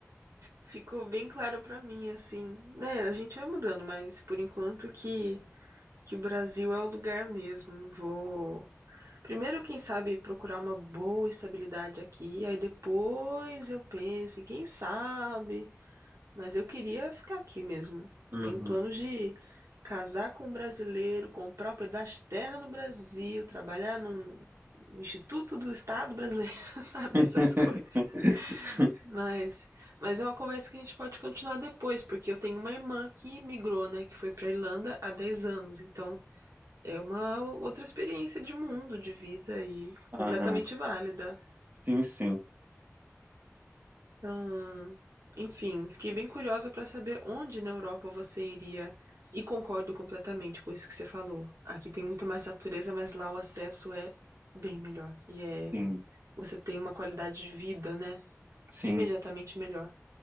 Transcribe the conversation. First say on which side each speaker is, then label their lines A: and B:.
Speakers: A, on the right; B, on the right.
A: Ficou bem claro pra mim, assim. Né, a gente vai mudando, mas por enquanto que, que o Brasil é o lugar mesmo. Vou. Primeiro, quem sabe, procurar uma boa estabilidade aqui, aí depois eu penso em quem sabe. Mas eu queria ficar aqui mesmo.
B: Uhum.
A: Tenho planos de casar com um brasileiro, comprar um pedaço de terra no Brasil, trabalhar num Instituto do Estado brasileiro, <laughs> sabe?
B: <laughs>
A: Essas coisas. Mas, mas é uma conversa que a gente pode continuar depois, porque eu tenho uma irmã que migrou, né, que foi para Irlanda há 10 anos, então é uma o- outra experiência de mundo, de vida e completamente
B: Aham.
A: válida.
B: Sim, sim,
A: Então, enfim, fiquei bem curiosa para saber onde na Europa você iria e concordo completamente com isso que você falou. Aqui tem muito mais natureza, mas lá o acesso é bem melhor e é
B: sim,
A: você tem uma qualidade de vida, né,
B: sim,
A: imediatamente melhor.